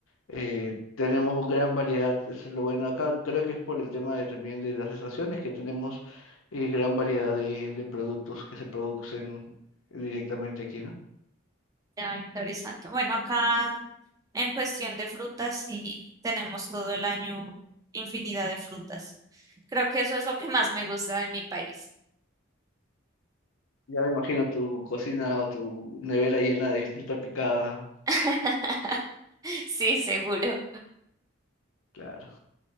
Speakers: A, on the left (about 80°); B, on the right (about 15°).
A: Eh, tenemos gran variedad, eso es lo bueno acá. Creo que es por el tema de, también de las estaciones que tenemos eh, gran variedad de, de productos que se producen directamente aquí, ¿no?
B: ya, interesante. Bueno, acá en cuestión de frutas, sí tenemos todo el año infinidad de frutas. Creo que eso es lo que más me gusta de mi país.
A: Ya me imagino tu cocina o tu nevera llena de fruta picada.
B: <laughs> Sí, seguro.
A: Claro.